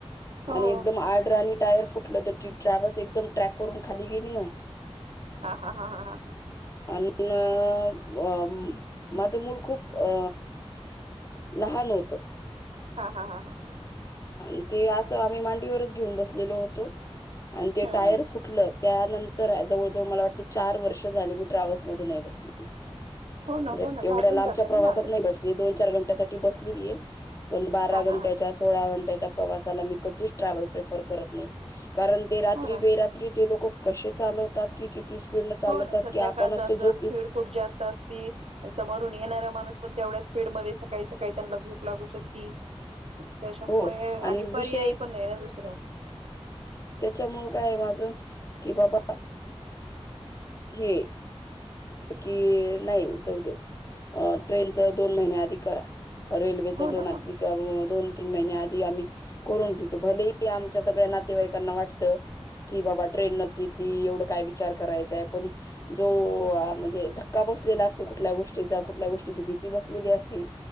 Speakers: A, on the right (about 75°); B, on the left (about 30°).
A: हो
B: आणि एकदम आड्र आणि टायर फु लं तर त ट्रॅव्हल्स एकदम ट्रॅक वरून खाली गेली ना
A: हा हा हा हा हा हा
B: अनि म माझं मूल खूप अ लहान होतं.
A: हा हा हा हा ह
B: आणि ते असं आम्ही मांडीवरच घेऊन बसलेलो होतो आणि
A: हम्म
B: ते टायर फुट त्यानंतर जवळ जवळ मला वाट चार वर्ष झाली मी ट्रॅव्हल्स मध्ये नाही बसली.
A: हो ना
B: म्हणजे
A: हो ना घाबरून
B: एवढ्या लांबच्या
A: जात
B: प्रवासात
A: ना माणूस
B: नाही बसली दोन चार घंट्यासाठी बसलेली आहे पण बारा
A: हा
B: घंट्याच्या
A: हा
B: आ सोळा घंट्याच्या प्रवासाला मी कधीच ट्रॅव्हल्स प्रसर करत नाही. कारण ते रात्री
A: हो ना
B: बेरात्री ते लोक कसे चालवतात की किती पुन चालवतात
A: हो ना संध्याकाळचा
B: की आपण असतो
A: असला
B: जोपित
A: स्पीड खूप जास्त असती. आणि समोरून येणारा माणूस पण तेवढ्या स्पीड मध्ये सकाळी सकाळी त्यांना झोप लागू शकती. त्याच्यामुळे
B: हो
A: आणि पर्याय
B: विषय
A: पण नाही ना दुसरा.
B: त्याच्यामुळं काय माझं कि बाबा हे कि नाही जाऊ देत अ तेनच दोन महिन्या आधी करा. रेल्वेच
A: हो ना
B: दोन
A: हो
B: आ
A: ना
B: त्यामुळं दोन तीन महिन्या आधी आम्ही करुन भलेही आमच्या सगळ्या नातेवाईकांना वाटतं. कि बाबा ट्रेनच ऐती एवढं काय विचार करायचांय पण जो आ म्हणजे धक्का बसलेला असतो कुठल्या गोष्टीचा, कुठल्या गोष्टीची भीती बसलेली असती